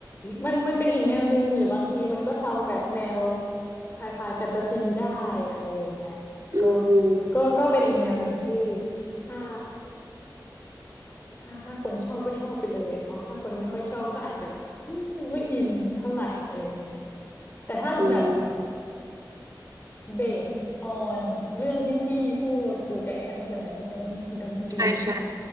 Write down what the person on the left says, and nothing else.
มันมันเป็นอีกแนวหนึ่งหรือบางทีมันก็ทำแบบแนวไฮไฟแฟนตาซีได้อะไรอย่างเงี้ยก็
ก็ก็เป็นอีกแนวหนึ่งที่ถ้าถ้าถ้าคนชอบก็ชอบไปเลยอะเนาะถ้าคนไม่ค่อยชอบก็อาจจะแบบอืมไม่อินเท่าไหร่อะไรอย่างเงี้ยแต่ถ้าแบบ
เบสออนเรื่องที่พี่พูดปูใจแอนใช่ไหมเป็นเรื่องดนตรี